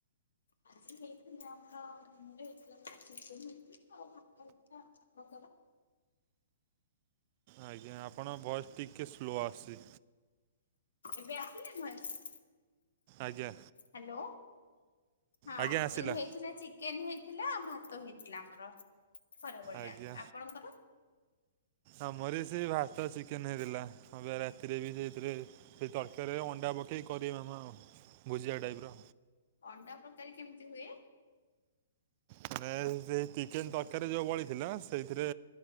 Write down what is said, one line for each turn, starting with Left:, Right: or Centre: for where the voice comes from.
Left: ଆଜି ହେଇଥିଲା ଆମର ଦିନରେ ହେଇଥିଲା ଚିକେନ ହେଇଥିଲା ଆଉ ଭାତ ହେଇଥିଲା।
Right: ଆଜ୍ଞା ଆପଣଙ୍କ ଭଏସ୍ ଟିକଏ ସ୍ଲୋ ଆଶୁଛି।
Left: ଏବେ ଆସିଲା ଭଏସ?
Right: ଆଜ୍ଞା।
Left: ହ୍ୟାଲୋ ହଁ
Right: ଆଜ୍ଞା ଆସିଲା
Left: ହେଇଥିଲା ଚି ଚିକେନ ହେଇଥିଲା ଆଉ ଭାତ ହେଇଥିଲା ଆମର ଖରା ବଳିଆ
Right: ଆଜ୍ଞା
Left: ଆପଣଙ୍କର
Right: ଆମର ସେଇ ଭାତ ଚିକେନ ହେଇଥିଲା ଏବେ ରାତିରେ ବି ସେଥିରେ ସେ ତରକାରୀରେ ଅଣ୍ଡା ପକେଇକି କରିବେ ମାମା ଆଉ ଭୁଜିଆ ଟାଇପ ର
Left: ଅଣ୍ଡା ପକେଇ କେମିତି ହୁଏ?
Right: ମାନେ ସେଇ ଚିକେନ ତରକାରୀ ଯୋଉ ବଳିଥିଲା ସେଇଥିରେ